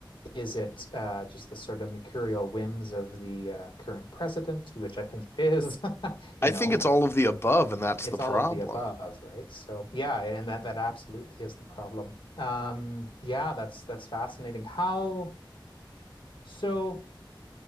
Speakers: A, on the left (about 70°); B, on the left (about 30°).
A: Is it uh, just the sort of mercurial whims of the uh, current president, which I think is <laughs> you
B: I think
A: know, like
B: it's all of the above, and that's
A: it's
B: the problem.
A: all of the above, right? So yeah, and that that absolutely is the problem. Um, yeah, that's that's fascinating. How so?